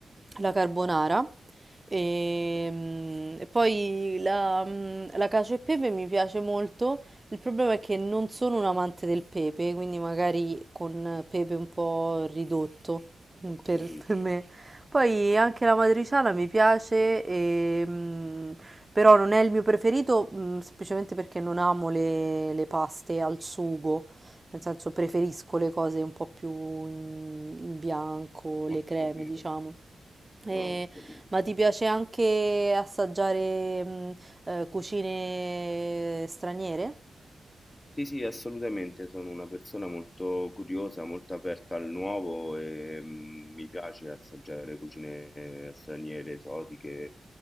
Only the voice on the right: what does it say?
la carbonara e, mm, e poi la, mm, la cacio e pepe mi piace molto. Il problema è che non sono un amante del pepe, quindi magari con pepe un po' ridotto mm,
per,
per me. Poi anche la matriciana mi piace, e, mm, però non è il mio preferito, mm, semplicemente perché non amo le le paste al sugo. Nel senso preferisco le cose un po' più in in bianco,
le creme,
diciamo. E-
ma ti piace anche assaggiare mh, eh, cucine straniere?